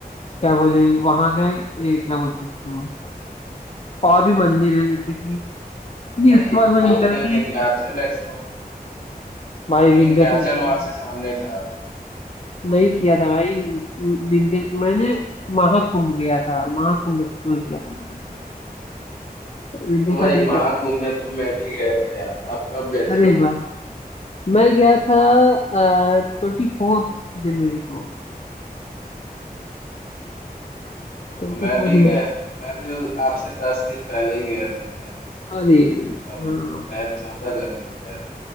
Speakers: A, on the left; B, on the left.
A: क्या बोले वहां गए ए, क्या बोलते हैं उसको और भी मंदिर है जैसे कि नहीं
B: भाई
A: उसके बाद मैं
B: आपने
A: निकल के
B: विंध्याचल एक्सप्लोर किया
A: भाई
B: भाई
A: विंध्याचल
B: विंध्याचल
A: एक्सप्लोर
B: वहां से सामने था
A: नहीं किया था भाई विंध्य मैंने महाकुंभ गया था महाकुंभ एक्सप्लोर किया था मैंने विंध्याचल
B: ओ भाई
A: नहीं
B: महाकुंभ
A: कर पाया
B: में तो मैं भी गया था यार आप कब गए
A: अरे
B: थे महाकुंभ
A: वाह मैं गया था ट्वेंटी फोर जनवरी को
B: ओके तो
A: ट्वेंटी
B: मैं
A: फोर
B: भी
A: जनवरी
B: गया
A: को
B: मैं भी उस- आपसे दस दिन पहले ही गया था शायद
A: अरे अरे
B: अम,
A: हाँ but-
B: मैं चौदह जनवरी को गया था